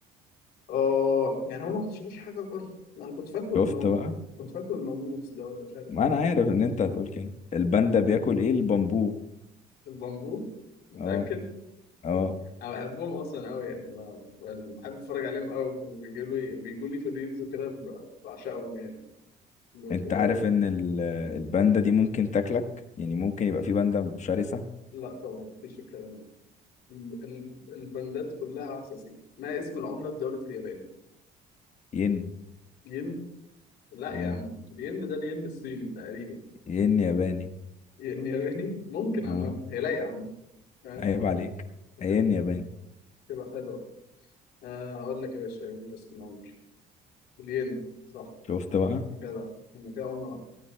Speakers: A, on the left; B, on the left.
A: اه يعني هم ما اكتشفوش حاجة بره ما انا كنت فاكره
B: شفت
A: المم...
B: بقى
A: كنت فاكره الماموس ده ولا مش عارف
B: ما
A: ايه
B: انا عارف ان انت هتقول كده الباندا بياكل ايه البامبو
A: البامبو متأكد
B: اه اه
A: انا بحبهم اصلا قوي يعني ما- يعني بحب اتفرج عليهم قوي بيجوا لي بيجوا لي في الريلز وكده ب- بعشقهم يعني بيبقوا
B: انت عارف ان ال- الباندا دي ممكن تاكلك يعني ممكن يبقى في باندا شرسة
A: لا طبعا مفيش الكلام ده ال- ال- البندات كلها عساسية ما اسم العملة في دولة اليابان
B: ين
A: ين لا يا
B: اه
A: عم الين ده الين الصيني تقريبا
B: ين ياباني
A: ين ياباني ممكن عامة
B: اه
A: هي لايقة عامة فاهم
B: عيب عليك
A: هتبقى
B: ين ياباني
A: هتبقى حلوة آه، أقول لك يا باشا إيه اللي اسمه عمري الين صح
B: شفت بقى
A: جدع هما كده عملة واحدة